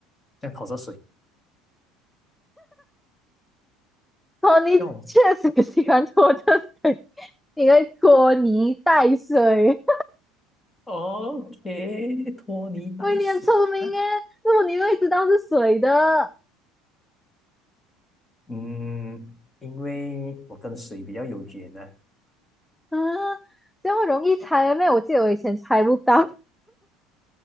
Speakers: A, on the left; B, in the centre.
A: 这样拖着水，
B: 托尼确实喜欢拖着水，
A: 这样
B: <laughs> 你会拖泥带水。
A: OK，拖泥带水啊。
B: <laughs> 喂，你很聪明哎，那么你会知道是水的
A: 嗯，因为我跟水比较有缘呢
B: 啊？这么容易猜咩？我记得我以前猜不到。